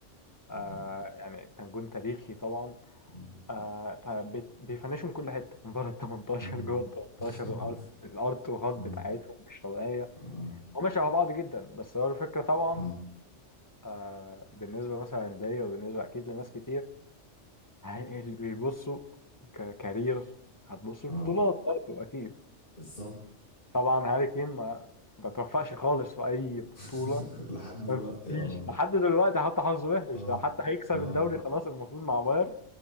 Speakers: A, on the left; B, on the left.
A: آه
B: اه
A: يعني كان جون تاريخي طبعا
B: مم.
A: آه فبيفنشوا من كل حتة من بره ال 18
B: اه
A: جوه ال 18
B: <laughs>
A: الأرض الأرض وهات بتاعتهم
B: اه
A: مش طبيعية
B: اه
A: هما شبه بعض جدا بس هو الفكرة طبعا
B: اه اه اه، اه،
A: آه بالنسبة مثلا ليا وبالنسبة أكيد لناس كتير هي- اللي بيبصوا ككارير هتبصوا
B: اه،
A: البطولات برضه أكيد
B: بالظبط
A: طبعا هاري كين ما بتوفقش خالص في أي بطولة
B: <laughs> لحد دلوقتي
A: مفيش
B: اه
A: لحد دلوقتي حتى حظه وحش
B: اه
A: ده حتى هيكسب
B: اه
A: الدوري خلاص المفروض مع بايرن